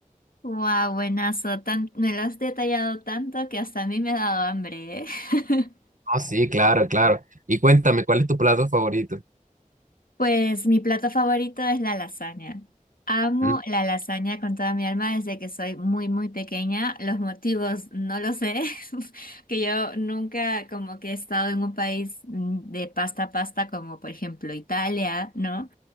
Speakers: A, on the left (about 85°); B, on the right (about 65°).
A: wow, buenazo. Tan, me lo has detallado tanto que hasta a mí me ha dado hambre, ¿eh? <laughs>
B: Oh, sí, claro, claro. Y cuéntame, ¿cuál es tu plato favorito?
A: Pues mi plato favorito es la lasaña. Amo
B: Mm,
A: la lasaña con toda mi alma desde que soy muy, muy pequeña. Los motivos no lo sé, <laughs> que yo nunca como que he estado en un país mm, de pasta a pasta como por ejemplo Italia, ¿no?